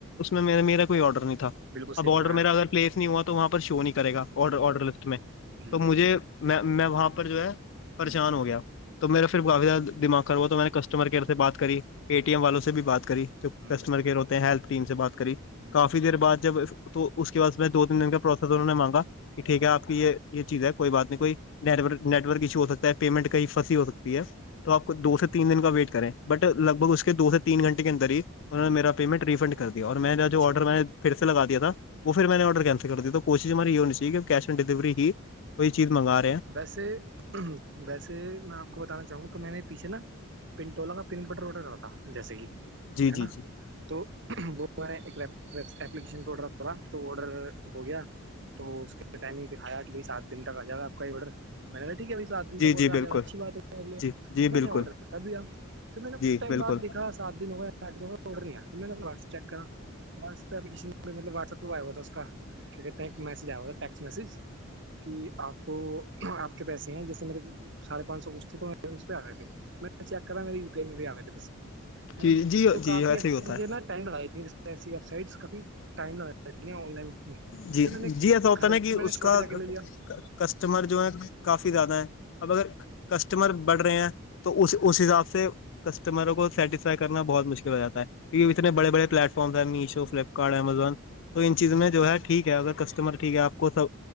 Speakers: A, on the left; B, on the right.
A: میں میرا کوئی آڈر نہیں تھا
B: بالکل صحیح
A: اب آرڈر
B: فرمایا آپ
A: میرا اگر پلیس نہیں ہوا تو وہاں پر شو نہیں کرے گا آڈر لفٹ میں
B: نے
A: تو مجھے میں میں وہاں پر جو ہے پریشان
B: ہ ہ
A: ہو گیا تو میرا پھر کافی زیادہ دماغ کر ہوا تو میں نے کسٹمر کیئر سے بات کری پے ٹی ایم والوں سے بھی بات کری جو
B: ہ
A: کسٹمر کیئر ہوتے ہیں ہیلپ ٹیم سے بات کری
B: ہ
A: کافی دیر بع جب تو اس کے بعد دو تین دن کےع پروسیس انہوں نے مانگا کہ ٹھیک ہے آپ کی یہ یہ چیز ہے کوئی بات نہیں کوئی نیٹ ورک ایشو ہو سکتا ہے پیمنٹ کہیں پنسی ہو سکتی ہے تو آپ کو دو سے تین دن کا ویٹ کریں بٹ لگ بھگ اس کے دو سے تین گنٹے کے اندر ہی انہ
B: ہ
A: نے میرا پیمنٹ ریفنڈ کر دیا اور میرا
B: اچھا
A: جو آڈر میں نے پھر سے لگا دیا تھا وہ پھر میں نے آرڈر کینسل کر دی تو کوش ہماری یہ ہونی چاہیے کہ کیش آن ڈلیوری ہی کوئی چیز مگا
B: ویسے ویسے میں آپ بتانا چاہوں تو میں نے پیھے نا پنٹولا کا پن بٹر روڈر کرا تھا جیسے کہ
A: جی جی
B: ہے نا
A: جی
B: تو وہ میں نے ایک اپلیکیشن پہ آڈر کرا تو آڈر ہو گیا تو اس کے ٹائمنگ دکھایا کہ بھائی سات دن تک آ جائے گا آپ کا یہ آرڈر میں نے ٹھیک ہے بھائی سات دن
A: جی
B: تک آرڈر
A: جی
B: آ
A: بالکل
B: جا اچھی بات ہے میر لیے
A: جی جی
B: میں
A: بالکل
B: نے آرڈر کر دیا پھر میں نے
A: جی
B: کھ ٹائم
A: بالکل
B: بع دا س دن ہویا آھ دن ہو گ آڈر نہیںیاھر میں نے اپ واٹسپ چیک کرا واساس ہوا اس کا کیا کہتے ہیں ایک میج آیا ہوا تھا ٹیکس میج کہ آپ کو آپ کے پیسے ہیں جیسے میرے ساھے پانچ سو کو چھ تھے تو اس پہ آ گئے تھے میں چیک کرا میرے ی پی آئی میں بھی آئے تھے پیسے نا
A: جی جی
B: تو
A: جی
B: کافی
A: ایسے
B: ایسی
A: ہی ہوتا
B: چیزیں
A: ہے
B: نا ٹائم لگ جاتی ہیں ای ویب سائٹ کافی ٹائم لگ رہتی ہیں آن لائن میں
A: جی
B: پھر میں نے
A: جی ایسا ہوتا
B: گھر
A: نا کہ
B: پھر
A: اس
B: میں نے
A: کا
B: شاپہ جا کے لے لیا
A: کسٹمر جو ہے کافی زیادہ ہے اب اگر کسٹمر بڑھ رہے ہیں تو اس اس حساب سے کسٹمروں کو سیسفائی کرنا بہت مشکل ہو جا ہےہ اتنے بڑے بڑے پلیٹ فارمس ہیں میشو فلپکارٹ امیزون تو ان چیز میں جو ہے ٹھیک ہے اگر کسٹمر ٹھیک ہے آپ کو سب